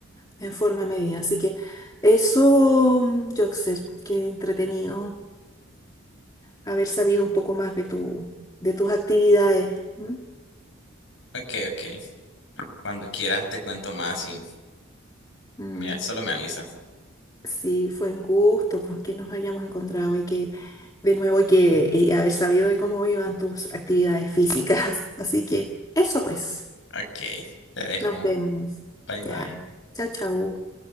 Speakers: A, on the left (about 20°); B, on the left (about 60°).
A: en forma de medida. Así que eso, Joxer, qué entretenido haber sabido un poco más de tu, de tus actividades. ¿Mm?
B: Okay, okay. Cuando quieras te cuento más y
A: Mm.
B: me, solo me avisas.
A: Sí, fue un gusto pues, que nos hayamos encontrado y que de nuevo y que y haber sabido de cómo iban tus actividades físicas. <laughs> Así que eso pues,
B: Okay, te dejo.
A: nos vemos.
B: Bye
A: Ya.
B: bye.
A: Chao, chao.